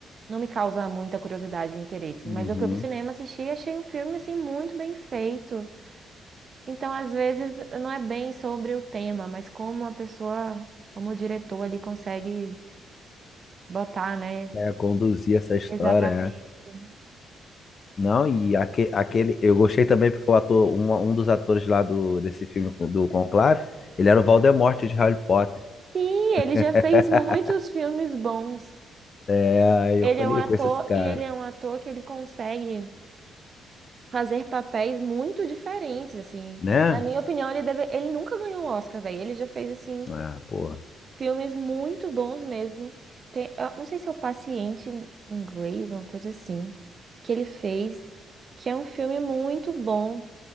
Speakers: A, on the right; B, on the left.
A: não me causa muita curiosidade e interesse.
B: Uhum.
A: Mas eu fui pro cinema assistir e achei um filme, assim, muito bem feito. Então, às vezes, não é bem sobre o tema, mas como a pessoa, como o diretor ali consegue botar, né?
B: É, conduzir essa história,
A: Exatamente.
B: né? Não, e aque- aquele, eu gostei também porque o ator, um, um dos atores lá do, desse filme do Conclave, ele era o Voldemort de Harry Potter.
A: Sim, ele
B: <laughs>
A: já fez muitos filmes bons.
B: É, aí
A: Ele
B: eu falei,
A: é um ator
B: eu conheço esse cara,
A: e ele é um ator que ele consegue fazer papéis muito diferentes, assim.
B: né?
A: Na minha opinião, ele deve... ele nunca ganhou um Oscar, velho. Ele já fez assim
B: Ah, porra.
A: filmes muito bons mesmo. Tem... eu não sei se é o Paciente em inglês, uma coisa assim, que ele fez, que é um filme muito bom.